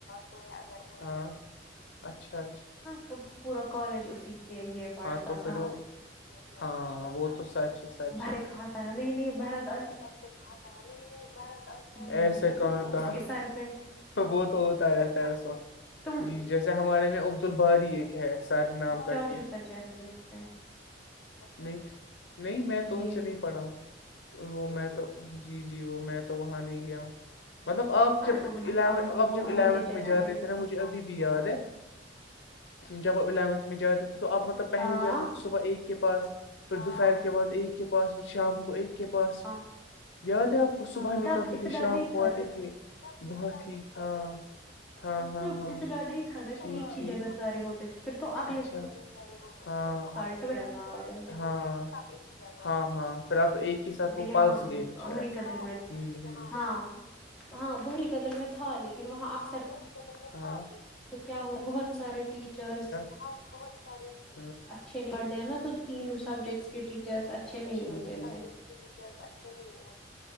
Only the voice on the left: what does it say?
ہوار اچھا
ہاں تو
پھر وہ ہاں وہ تو سچ ہے سچ
ٹان
ایسے
کہتا
وہ تو ہوتا رہتا ترس
جیسے ہمارے میں عبد ال باری ایک ہے سر نام کر
کے
نہیں نہیں میں تو
ان سے نہیں پڑھا ہوں وہ میں تو جی جی وہ میں تو وہاں نہیں گیا ہوں مطلب آپ جب
آپ
جب الیونتھ
میں جاتے
تھے نا مجھے ابھی بھی یاد ہے جب آپ الیونتھ میں جاتے تھے تو آپ مطلب پہلے
ہی جاتے تھے صبح ایک کے پاس پھر دوپہر کے بعد ایک کے پاس شام کو ایک کے پاس
یاد ہے آپ کو صبح
نکلتے تھے
شام
کو آتے
تھے بہت ہی ہاں ہاں ہاں
ہاں
ٹھیک
ٹھیک
اچھا ہاں
اگ
سال
ہاں ہاں ہاں پھر آپ ایک ہی ساتھ وہ
پلس گئے تھے شاید
ہوں
ہوں
کوی بتل میںی
ہاں بہت سارے چی
ٹھیک
<inaudible>